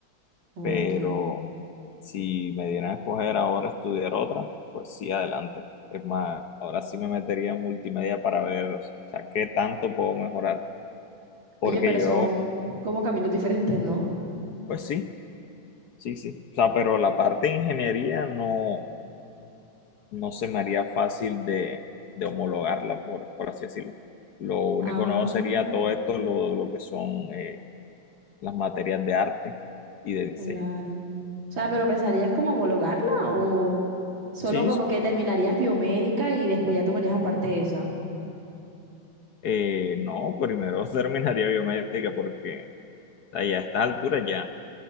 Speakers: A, on the right; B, on the left.
A: Ok.
B: pero si me dieran a escoger ahora estudiar otra, pues sí, adelante. Es más, ahora sí me metería en multimedia para ver, o sea, qué tanto puedo mejorar. Porque
A: Oye, pero
B: yo,
A: son como caminos <laughs> diferentes, ¿no?
B: pues sí, sí, sí. O sea, pero la parte de ingeniería no, no se me haría fácil de, de homologarla, por, por así decirlo. Lo único
A: Ah.
B: nuevo sería todo esto, lo, lo que son eh, las materias de arte y de diseño.
A: Claro. O sea, pero ¿pensarías como homologarla o solo
B: Sí,
A: como
B: sí.
A: que terminarías biomédica y después ya tomarías aparte esa?
B: Eh, no, primero <laughs> terminaría biomédica porque sea, ya a estas alturas ya,